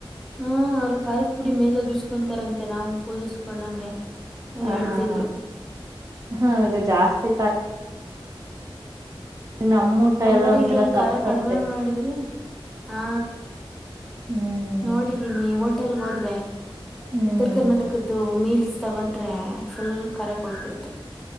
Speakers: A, in the centre; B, on the right (about 40°).
A: ಹ್ಮ ಅವ್ರು ಖಾರದ ಪುಡಿ ಮೇಲೆ ಉದುರ್ಸ್ಕೊಂತಾರಂತೆ. ನಾವು ಉಪ್ಪು ಉದುರ್ಸ್ಕೊಂಡಂಗೆ, ಅವ್ರು
B: ಹಾ
A: ಹೇಳ್ತಿದ್ರು
B: ಹಾ ಹಾ ಹಾಗ ಜಾಸ್ತಿ <unintelligible>
A: ಅಂಗಡಿಗಳಲ್ಲಿ
B: ಎಲ್ಲ ಒಂಥರ ಸಪ್
A: ಖಾರ
B: ಸಪ್ಪೆ
A: ಕಡಿಮೆ ಮಾಡಿದ್ರಿ ಹಾ,
B: ಹ್ಮ್
A: ನೋಡಿದೀನಿ ಹೋಟೆಲ್ಗೆ ಹೋದ್ರೆ
B: ಹ್ಮ್
A: ಉತ್ತರ ಕರ್ನಾಟಕದ್ದು ಮೀಲ್ ಲ್ಸ್ ತಗೊಂಡ್ರೆ ಫುಲ್ ಕಾರಾ ಕೊಟ್ಟುಬಿಡ್ತಾರೆ.